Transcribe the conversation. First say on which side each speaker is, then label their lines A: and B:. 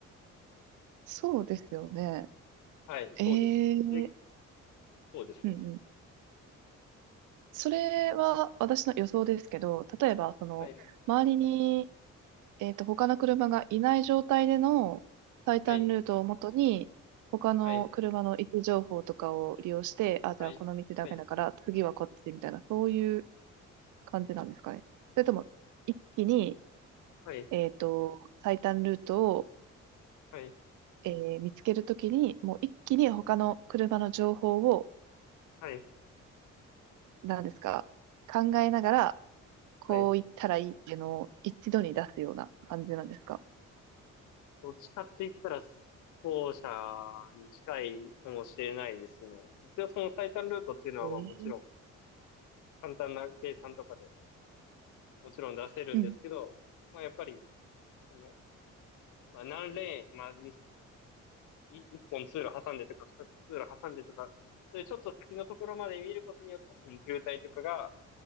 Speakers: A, on the right; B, on the left.
A: そうですよね。
B: はい、そうですね。
A: ええ
B: それ、そうですね。
A: うんうんそれは私の予想ですけど、例えば、その、
B: はい、
A: 周りに、えっと、他の車がいない状態での最短ルートをもとに、
B: はい、
A: 他の車の位置情報とかを利用して、
B: はい、
A: あ、じゃあこの道ダメだから、
B: はい、はい、
A: 次はこっちみたいな、そういう感じなんですかね。それとも、一気に、
B: はい、
A: えっと、最短ルートを、
B: はい、
A: えー見つけるときに、もう一気に他の車の情報を、
B: はい、
A: 何ですか、考えながら、こう言ったらいいっていうのを一度に出すような感じなんですか
B: はい。どっちかって言ったら、後者に近いかもしれないですね。一応その最短ルートっていうのは、
A: えー
B: まあもちろん、簡単な計算とかでもちろん出せるんですけど、
A: うん。
B: まあやっぱり、その、まあ何レーン、まあ二一本通路挟んでとか、二つ通路挟んでとか、それちょっと先のところまで見ることによって、その渋滞とかが、